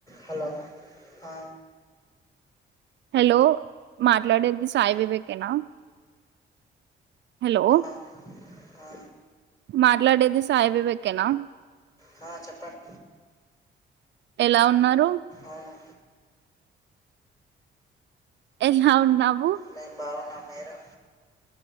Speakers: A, on the left; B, on the right.
A: హలో ఆ
B: హలో మాట్లాడేది సాయి వివేక్ కేనా హాలో
A: ఆ ఆ
B: మాట్లాడేది సాయి వివేకేనా
A: హా చెప్పండి
B: ఎలా ఉన్నారూ
A: అవును.
B: ఎలా వున్నావు?
A: నేను బాగున్నా మీరు?